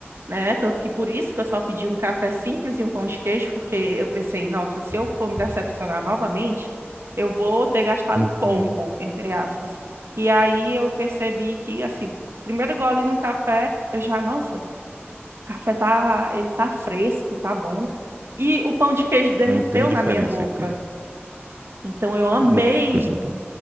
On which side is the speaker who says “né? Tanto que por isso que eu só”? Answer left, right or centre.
Right